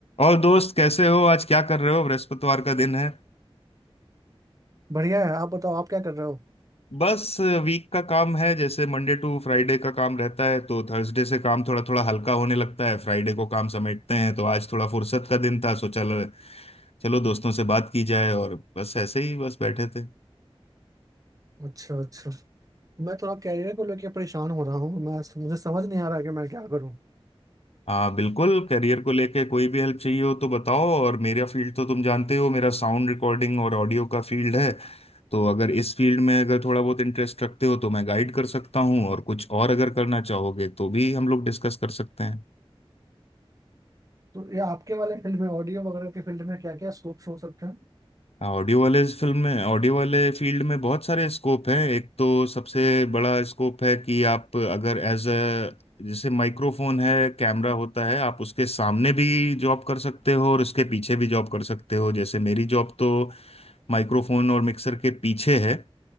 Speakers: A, on the left (about 75°); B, on the right (about 35°).
A: और दोस्त कैसे हो आज क्या कर रहे हो बृहस्पतिवार का दिन है
B: बढ़िया है आप बताओ आप क्या कर रहे हो
A: बस वीक का काम है जैसे मंडे टू फ्राइडे का काम रहता है तो थर्सडे से काम थोड़ा थोड़ा हल्का होने लगता है फ्राइडे को काम समेटते हैं तो आज थोड़ा फुर्सत का दिन था सो चलो चलो दोस्तों से बात की जाए और बस ऐसे ही बस बैठे थे
B: अच्छा अच्छा मैं थोड़ा कैरियर को लेके परेशान हो रहा हूँ मैं मुझे समझ नहीं आ रहा कि मैं क्या करूँ
A: हाँ बिल्कुल करियर को लेके कोई भी हेल्प चाहिए हो तो बताओ और मेरा फील्ड तो तुम जानते हो मेरा साउंड रिकॉर्डिंग और ऑडियो का फील्ड है तो अगर इस फील्ड में अगर थोड़ा बहुत इंटरेस्ट रखते हो तो मैं गाइड कर सकता हूँ और कुछ और अगर करना चाहोगे तो भी हम लोग डिस्कस कर सकते हैं
B: तो ये आपके वाले फील्ड में ऑडियो वगैरह के फील्ड में क्या क्या स्कोप्स हो सकते हैं
A: हाँ, ऑडियो वाले इस फिल्म में ऑडियो वाले फील्ड में बहुत सारे स्कोप हैं एक तो सबसे बड़ा स्कोप है कि आप अगर एज अ जैसे माइक्रोफोन है कैमरा होता है आप उसके सामने भी जॉब कर सकते हो और उसके पीछे भी जॉब कर सकते हो जैसे मेरी जॉब तो माइक्रोफोन और मिक्सर के पीछे है